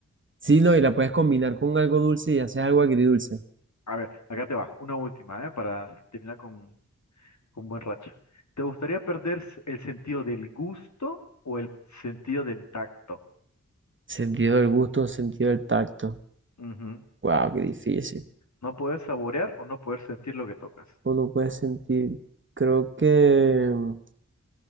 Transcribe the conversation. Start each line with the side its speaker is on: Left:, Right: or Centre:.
Right: Sí, no, y la puedes combinar con algo dulce y haces algo agridulce.
Left: A ver, acá te va, una última, ¿eh? Para terminar con, con buen racha. ¿Te gustaría perder s- el sentido del gusto o el sentido del tacto?
Right: Sentido del gusto, sentido del tacto.
Left: Ujú.
Right: Wow, qué difícil.
Left: No poder saborear o no poder sentir lo que tocas.
Right: Uno puede sentir, creo que mm,